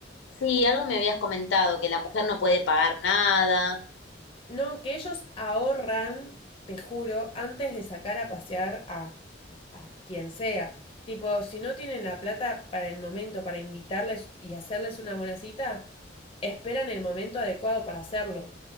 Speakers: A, on the left; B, on the left.
A: Sí, algo me habías comentado, que la mujer no puede pagar nada.
B: No, que ellos ahorran, te juro, antes de sacar a pasear a, a quien sea. Tipo, si no tienen la plata para el momento, para invitarles y hacerles una buena cita, esperan el momento adecuado para hacerlo.